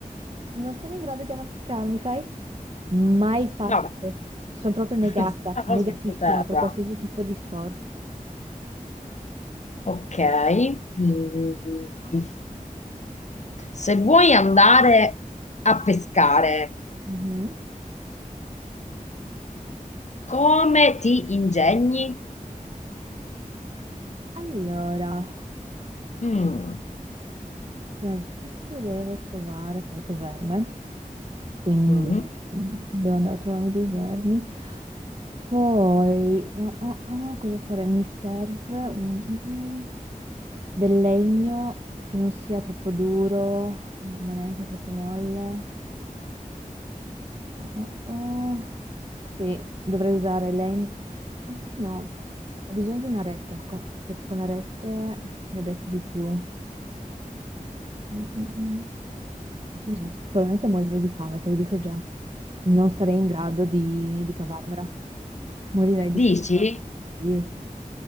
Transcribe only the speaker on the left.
No, beh,
<laughs> scava
sottoterra.
Ok. Mm. Se vuoi andare a pescare,
come ti ingegni?
Mm.
Mhm.
Dici?